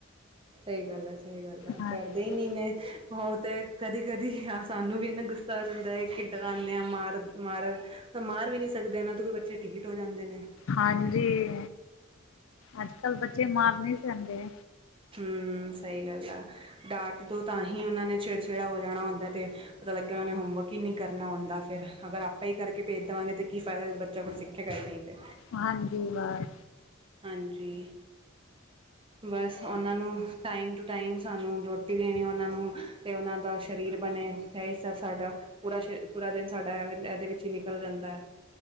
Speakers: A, on the right; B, on the left.
A: ਸਈ ਗਾੱਲ ਆ- ਸਈ ਗਾੱਲ ਆ,
B: ਹਾਂਜੀ
A: ਡਾਰਦੇ ਈ ਨੀ ਨੇ, ਓ ਤੇ ਕਦੀ- ਕਦੀ ਸਾਨੂੰ ਵੀ ਏਨਾ ਗੁੱਸਾ। ਗੁੱਸਾ ਆ ਜਾਂਦਾ ਏ ਕਿੱਦ ਖਾਂਦੇ ਆ ਮਾਰ, ਮਾਰ, ਤਾ ਮਾਰ ਵੀ ਨੀ ਸਕਦੇ ਐਨਾ ਤੋ ਕਿ ਬੱਚੇ ਟੀਠ ਹੋ ਜਾਂਦੇ ਨੇ।
B: ਹਾਂਜੀ, ਅੱਜ-ਕੱਲ ਬੱਚੇ ਮਾਰ ਨੀ ਸੈਂਦੇ।
A: ਹੂੰ, ਸਈ ਗਾੱਲ ਆ, ਡਾਟ ਦੋ ਤਾਂਹੀ ਓਨਾਂ ਨੇ ਚਿੜਚਿੜਾ ਹੋ ਜਾਨਾ ਹੁੰਦਾ ਤੇ। ਪਤਾ ਲੱਗੇ, ਓਨਾਂ ਨੇ ਹੋਮਵਰਕ ਈ ਨੀ ਕਰਨਾ ਹੁੰਦਾ ਫੇਰ। ਅਗਰ ਆਪੈ ਈ ਕਾਰਕੇ ਪੇਜ ਦੇਵਾਂਗੇ, ਤੇ ਕੀ ਫਾਯਦਾ ਜੇ ਬੱਚਾ ਕੁਛ ਸਿੱਖੇਗਾ ਈ ਨੀ ਤੇ।
B: ਹਾਂਜੀ, ਬਾਸ।
A: ਹਾਂਜੀ। ਬਸ ਓਨਾਂ ਨੂੰ ਟਾਈਮ ਟੂ ਟਾਈਮ ਸਾਨੂੰ, ਰੋਟੀ ਦੇਨੀ ਓਨਾਂ ਨੂੰ, ਤੇ ਓਨਾਂ ਦਾ ਸ਼ਰੀਰ ਬਨੇ। ਤੈ ਐਈ ਸਬ ਸਾਡਾ ਪੂਰਾ, ਪੂਰਾ ਦਿਨ ਸਾਡਾ ਐਵੇ ਐਦੇ ਵਿੱਚ ਈ ਨਿਕਲ ਜਾਂਦਾ ਏ।